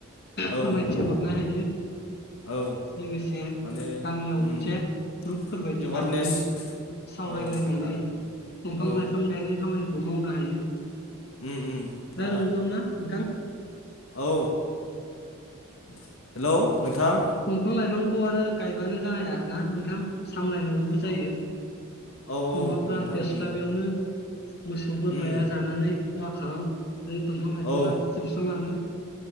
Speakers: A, on the left; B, on the left.
A: औ
B: फोरमायथि हरनो हायो।
A: औ
B: लोगोसे
A: माने
B: गामियाव
A: उम
B: मोनसे ग्रुपफोरबायायदि
A: एवारनेस
B: दानानै सावरायलायनानै
A: औ आरो
B: दंफां
A: औ
B: लाइफां गायनाय खामानिखौ मावनो हायो।
A: ओम ओम
B: ना
A: दा
B: नंगौ ना नोंथां
A: औ। <unintelligible> नोंथां
B: दंफां लाइफांखौ आरो गायबानो जाया ना नोंथां। सामलायनांगौबो जायो
A: औ औ औ
B: नङाब्ला
A: नोंथां
B: देरस्लाबयावनो
A: उम
B: मोसौ बोरमाया
A: उम
B: जानानै खहा खालाम दंफां लाइफाङा
A: औ
B: जोबस्रांलाङो।